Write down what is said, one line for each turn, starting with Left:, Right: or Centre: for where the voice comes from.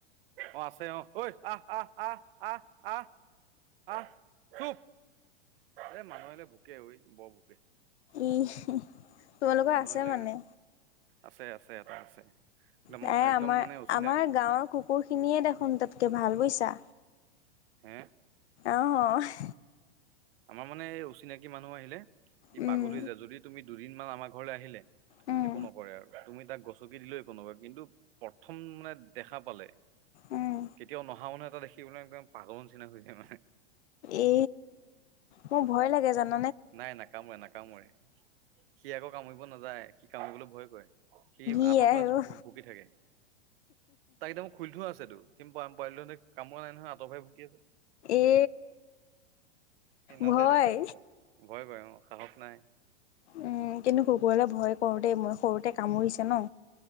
Right: অ আছে অ। ঐ আহ, আহ, আহ। আহ, আহ, আহ চুপ। এ মানুহ আহিলে ভোকে ঐ বৰ ভোকে।
Left: ই তোমালোকৰ
Right: মানুহ
Left: আছে
Right: আহিলে,
Left: মানে
Right: আছে, আছে। এটা আছে। একদম
Left: নাই
Right: একদম
Left: আমাৰ
Right: মানে অচিনাকি
Left: আমাৰ গাঁৱৰ কুকুৰ খিনিয়ে দেখোন তাতকে ভাল বোইছা
Right: হে
Left: অহ
Right: আমাৰ মানে এই অচিনাকি মানুহ আহিলে ই
Left: উম,
Right: পাগল হৈ যায় যদি তুমি দুদিনমান আমাৰ ঘৰলে আহিলে
Left: উম,
Right: একো নকৰে আৰু তুমি তাক গচকি দিলেও একো নকয় কিন্তু প্ৰথম মানে দেখা পালে
Left: উম।
Right: কেতিয়াও নহা মানুহ এটা দেখি মানে একদম পাগলৰ চিনা হৈ যায় মানে
Left: এ মোৰ ভয় লাগে জানা
Right: নাই নাকামুৰে নাকামুৰে সি আকৌ কামুৰিব নাযায় সি কামুৰিবলৈ ভয় কৰে সি
Left: ই
Right: আঁতৰ
Left: আই
Right: পা
Left: অ',
Right: ভু ভুকি থাকে তাক একদম খুলি থোৱা আছেতো সিম পোৱাম পোৱালি হতে কামুৱা নাই নহয় আঁত পাই ভুকি আছে।
Left: এ
Right: সি নাযায়তো
Left: ভয়
Right: কামুৰিবলৈ ভয় কৰে অ সাহস নাই
Left: উম কিন্তু কুকুৰলে ভয় সৰুতে মই সৰুতে কামুৰিছে ন